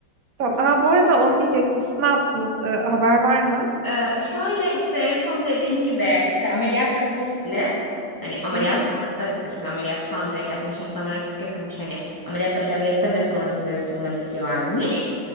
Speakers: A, on the right (about 60°); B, on the left (about 25°).
A: Tamam. Aa, bu arada onu diyecektim. Siz ne yaptınız? Ee, haber var mı?
B: Ee, şöyle işte en son dediğim gibi işte ameliyat çok riskli. Hani ameliyat
A: Hı hı.
B: sonrası da riskli çünkü ameliyat şu an direkt yapılan şah damarına çok yakınmış. Hani ameliyat başarılı geçse bile sonrasında yırtılma riski varmış.